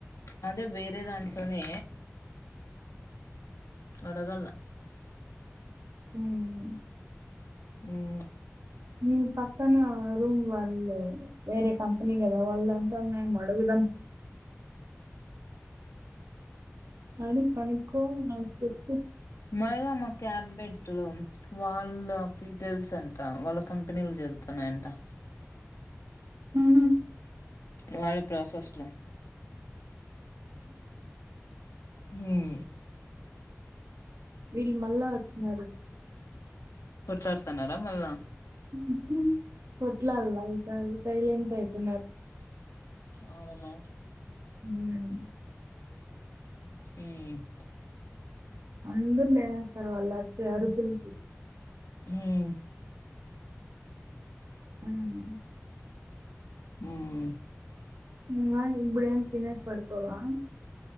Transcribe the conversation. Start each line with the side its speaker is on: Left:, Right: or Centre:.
Left: అదే వేరేదంట్లోనే అడగలా
Right: ఉమ్
Left: ఉమ్
Right: నీ పక్కన రూమ్ వాళ్లే వేరే కంపెనీ గదా వాల్దంట్లో ఉన్నయేమో అడుగుదాం అడిగు కనుకో నాకు చెప్పు
Left: మాది కాదు మా క్యాబ్ మెట్ ట్లో వాళ్ళకి తెల్సంట వాళ్ళ కంపెనీల జరుగుతున్నాయంట
Right: ఉ హుమ్
Left: వాళ్ల ప్రాసెస్ లో హుమ్
Right: వీళ్ళు మళ్ళావొచ్చినరు
Left: కొట్లాడ్తున్నారా మళ్ళా
Right: ఉహు ఉహుమ్ కొట్లాల్లా ఇకా సైలెంట్ అయ్పొయ్న్నారు
Left: ఔనా
Right: ఉమ్
Left: హుమ్
Right: అందరూ లేస్రూ వాళ్లు అరిచే అరుపుల్కి
Left: హుమ్
Right: ఉమ్
Left: ఉమ్
Right: ఇన్గా ఇప్పుడేం తినేస్ పడ్కోవా